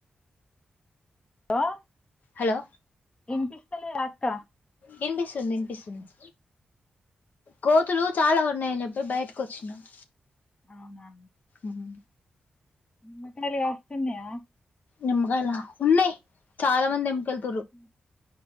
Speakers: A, on the left; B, on the left.
A: ఆహ్.
B: హలో
A: వినిపిస్తు. సర్లే అక్క.
B: వినిపిస్తుంది వినిపిస్తుంది. కోతులు చాలా ఉన్నాయని చెప్పి బయటకు వచ్చినము.
A: అవునాండి.
B: ఉమ్.
A: మకాల వస్తున్యా.
B: నిమ్మకాయల ఉన్నాయి చాలా మంది ఎముకలు.
A: ఉమ్.